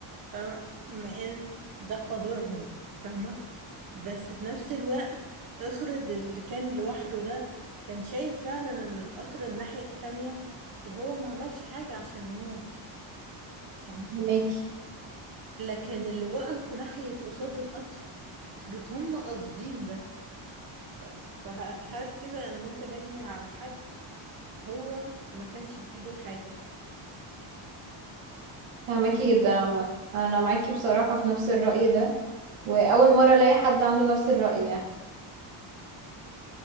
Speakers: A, on the right; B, on the right.
A: فاهمة مع ان ده قدرهم فاهمة بس في نفس الوقت افرض اللي كان لوحده ده كان شايف فعلا ان القطر الناحية التانية وهو ما عملش حاجة عشان يموت فاهمة
B: فاهماكي
A: لكن اللي وقفوا ناحية قصاد القطر افرض هم قاصدين ده ف... فهل كده انا ممكن اجني على حد هو ما كانش بايده حاجة
B: فاهماكي جدا عامه انا معاكي بصراحه في نفس الراي ده واول مره الاقي حد عنده نفس الراي يعني